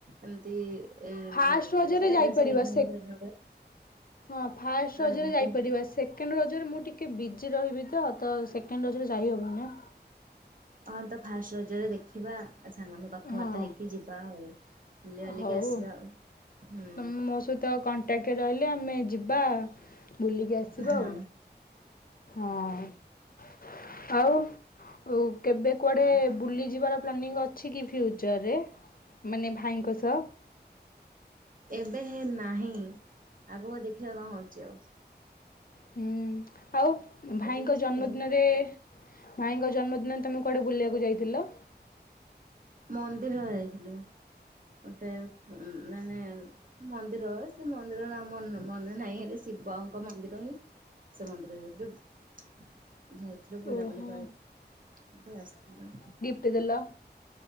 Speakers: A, on the right; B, on the left.
A: ଏମିତି ଏ
B: ଫାଷ୍ଟେ
A: ଯୋଉ
B: ରଜରେ
A: ମେଳା
B: ଜାଇପାରିବା
A: ଶହୀଦ ନଗର
B: ସେ
A: ଫହିଦ ନଗର
B: ହଁ ଫାଷ୍ଟେ ରଜରେ
A: ଆଜ୍ଞା
B: ଯାଇପାରିବା
A: କୁହନ୍ତୁ।
B: ସେକେଣ୍ଡ ରଜରେ ମୁଁ ଟିକେ ବିଜି ରହିବି। ତ ତ ସେକେଣ୍ଡେ ରଜରେ ଯାଇ ହବନି ଆଁ।
A: ହଁ ତ ଫାଷ୍ଟେ ରଜରେ ଦେଖ ଖିବା ଆଉ ସାଙ୍ଗ ମାନେ ସାେ କଥାବାର୍ତ୍ତା
B: ହଁ
A: ହେଇକି ଯିବା ଆଉ। ବୁଲି ବାଲିକି
B: ହଉ
A: ଆସିବା ଆଉ। ହୁଁ
B: ତମେ ମୋ ସହିତ ଆଉ କଣ୍ଟାକ୍ଟ ରହିଲେ ଆମେ ଯିବା ବୁଲିକି ଆସିବା
A: ହଁ
B: ଆଉ ହଁ ଆଉ ଓଉ। କେବେ କୁଆଡ଼େ
A: ହଁ।
B: ବୁଲିଯିବାର ପ୍ଲାନିଂ ଅଛି କି? ଫ୍ୟୁଚରରେ ମାନେ ଭାଇଙ୍କ ସହ।
A: ଏବେ ହେ ନାହିଁ ଆଗକୁ ଦେଖିବା କଣ ହେଉଚି ଆଉ।
B: ହୁଁ। ଆଉ ଭାଇଙ୍କ
A: ଏବେ କିଛି
B: ଜନ୍ମଦିନରେ
A: ହେଇନି
B: ଭାଇଙ୍କ ଜନ୍ମଦିନ। ତୁମେ କୁଆଡ଼େ ବୁଲିବାକୁ ଯାଇଥିଲ।
A: ମନ୍ଦିର ଯାଇଥିଲୁ ଗୋଟେ ମାନେ ମନ୍ଦିର ହ ସେ ମନ୍ଦିର ନାଁ ମନ ମନେ ନାହିଁ ହେଲେ ଶିବଙ୍କ ମନ୍ଦିର ହିଁ ସେ ମନ୍ଦିର ଯାଇଥିଲୁ। ଯାଇଥିଲୁ ବୁଲାବୁଲି
B: ଓହୋ
A: କରିକି ଆସିଥିଲଥିଲୁ।
B: ଟି ଦେଲ